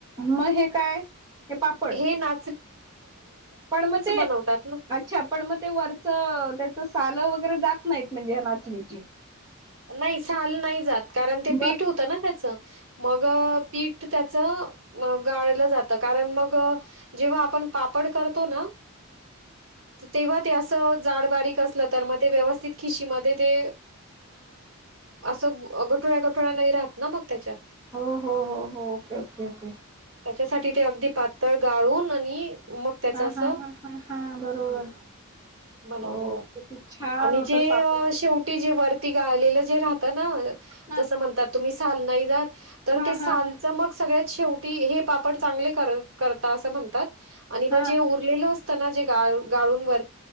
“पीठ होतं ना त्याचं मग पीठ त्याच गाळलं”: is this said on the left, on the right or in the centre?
Right